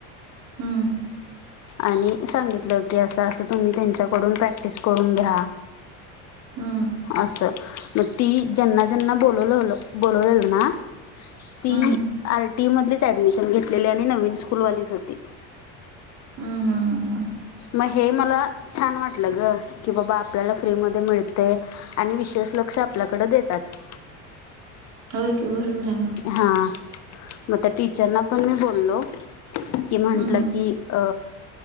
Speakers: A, on the right; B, on the left.
A: हम्म
B: आणि सांगितलं की असं असं तुम्ही त्यांच्याकडून प्रॅक्टिस करून घ्या.
A: हम्म
B: असं मग ती ज्यांना ज्यांना बोलवलंल बोलवलेलं ना ती
A: हम्म
B: आर टी मधलीच ऍडमिशन घेतलेली आणि नवीन स्कूलवालीच होती.
A: हम्म हम्म
B: मग हे मला छान वाटलं ग की बाबा आपल्याला फ्रीमध्ये मिळतय. आणि विशेष लक्ष आपल्याकडे देतात
A: होय की बरोबर आहे म.
B: हा मग त्या टीचरना पण मी बोललो की म्हटलं
A: हम्म
B: की अ